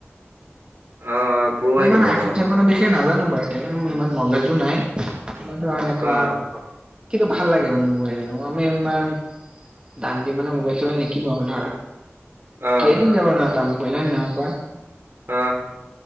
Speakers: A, on the right; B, on the right.
A: অ প্ৰ'
B: মই
A: আহিব
B: ইমান আইফোন
A: অ
B: চাইফোনৰ বিষয় নাজানো বাৰু মোৰ ইমান নলেজো নাই কিবা ধৰা এনেকুৱা
A: অ
B: কিন্তু ভাল লাগে মানে মোবাইল বিলাক আমি ইমান দাম দি মানে মোবাইল চোবাইল নিকিনো আৰু ধৰা
A: অ',
B: কেইদিন যাব ন এটা মোবাইল হয় নে নহয় কোৱা
A: অ